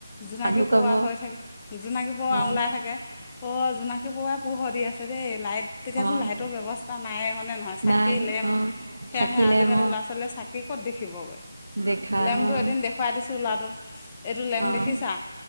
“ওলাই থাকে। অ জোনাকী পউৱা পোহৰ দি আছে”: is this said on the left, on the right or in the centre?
Left